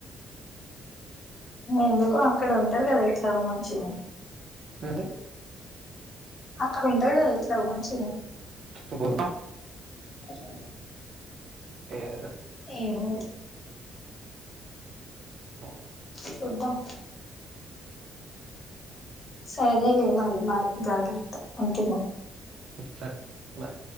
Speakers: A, on the left (about 40°); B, on the right (about 65°).
A: ఎందుకు అక్కడ ఉంటారు కదా ఉంటారు కదా ఎట్లాగో మంచిగానే
B: ఆ
A: అక్కడ ఉంటాడుదా ఎట్లా మంచినే
B: <inaudible>
A: పస
B: <inaudible>
A: ఏమ
B: అ
A: చూద్దాం సరేలే మరి బాయ్ జాగ్రత్త ఉంటున్నా
B: సరే బాయ్